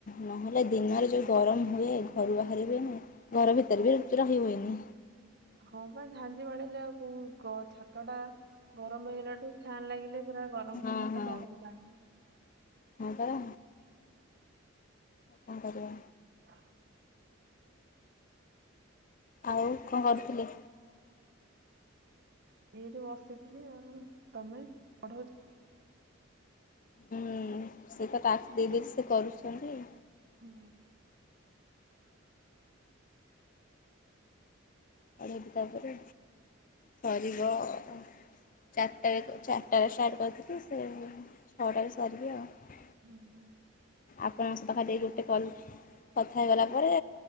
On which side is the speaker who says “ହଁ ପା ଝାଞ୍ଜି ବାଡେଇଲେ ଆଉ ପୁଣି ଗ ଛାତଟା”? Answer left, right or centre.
Right